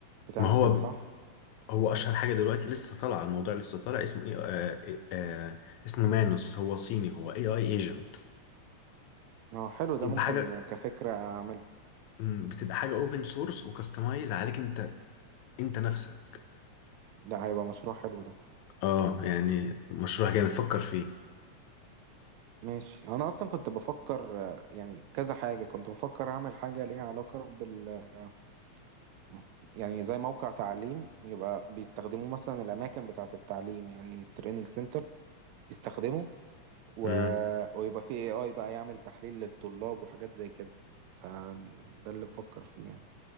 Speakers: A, on the right; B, on the left.
A: بتعمل
B: ما هو
A: كده صح؟
B: هو اشهر حاجه دلوقتي لسه طالعه الموضوع لسه طالع اسمه ايه آه آه آه، اسمه مانوس هو صيني هو اي اي ايجنت
A: اه حلو ده
B: بيبقى
A: ممكن
B: حاجه
A: كفكرة اعمله
B: مم، بتبقى حاجه اوبن سورس وكستمايز عليك انت انت نفسك
A: لا هيبقى مشروع حلو ده
B: اه يعني مشروع جامد فكر فيه
A: ماشي انا اصلا كنت بفكر آه، يعني كذا حاجه كنت بفكر اعمل حاجه ليها علاقه بال آه، م- يعني زي موقع تعليم يبقى بيستخدموه مثلا الاماكن بتاعه التعليم يعني التريننج سنتر يستخدمه و...
B: امم
A: ويبقى فيه اي اي بقى يعمل تحليل للطلاب وحاجات زي كده فده اللي بفكر فيه يعني